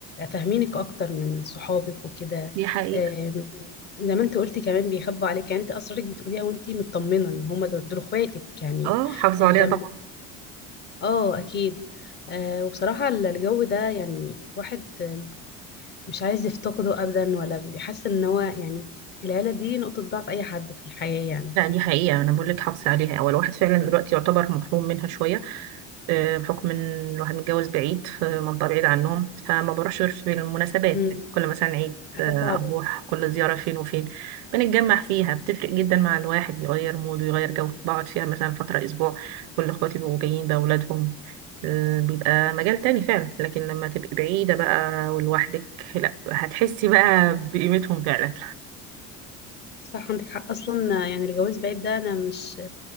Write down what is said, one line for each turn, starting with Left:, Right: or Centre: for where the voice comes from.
Left: فاهمينك اكتر من صحابك وكده
Right: دي حقيقة
Left: آم، زي ما انت قلتي كمان بيخبوا عليك يعني انت اسرارك بتقوليها وانت مطمنه ان هما دول دول اخواتك يعني
Right: اه حافظوا
Left: آه،
Right: عليها
Left: دم
Right: طبعا.
Left: اه اكيد آه، وبصراحه ال- الجو ده يعني الواحد آم، مش عايز يفتقده ابدا ولا بيحس ان هو يعني العيله دي نقطه ضعف اي حد في الحياه يعني
Right: لا دي حقيقة أنا بقول لك حافظي عليها هو الواحد فعلا دلوقتي يعتبر محروم منها شوية آه، بحكم إن الواحد متجوز بعيد في منطقة بعيدة عنهم فما بروحش غير في المناسبات
Left: مم،
Right: يعني كل مثلا عيد
Left: حاجه
Right: آه،
Left: صعبه
Right: أروح كل زيارة فين وفين بنتجمع فيها بتفرق جدا مع الواحد يغير موده يغير جو بقعد فيها مثلا فترة أسبوع كل إخواتي بيبقوا جايين بأولادهم آه، بيبقى مجال تاني فعلا لكن لما تبقي بعيدة بقى ولوحدك لا هتحسي بقى بقيمتهم فعلا
Left: صح عندك حق اصلا يعني الجواز بعيد ده انا مش